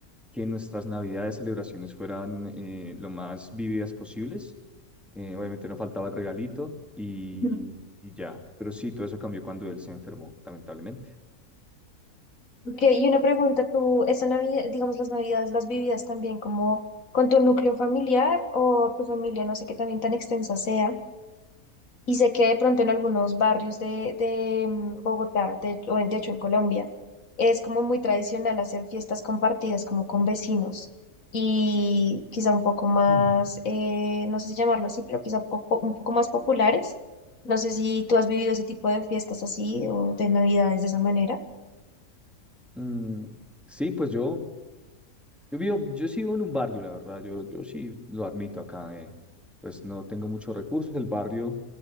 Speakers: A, in the centre; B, on the left.
A: que nuestras navidades, celebraciones fueran eh, lo más vívidas posibles. Eh, obviamente no faltaba el regalito y,
B: Ujú.
A: y ya. Pero sí, todo eso cambió cuando él se enfermó, lamentablemente.
B: Ok, y una pregunta, ¿tú esa Navidad, digamos las Navidades, las vividas también como con tu núcleo familiar o tu familia, no sé qué también tan extensa sea? Y sé que de pronto en algunos barrios de, de mm, Bogotá, de, o en- de hecho en Colombia, es como muy tradicional hacer fiestas compartidas como con vecinos y quizá un poco más,
A: Mm.
B: eh, no sé si llamarlo así, pero quizá poco- un poco más populares. No sé si tú has vivido ese tipo de fiestas así o de navidades de esa manera.
A: Mm, sí, pues yo Yo vivo, yo sí vivo en un barrio, la verdad, yo, yo sí lo admito acá, eh, pues no tengo muchos recursos, el barrio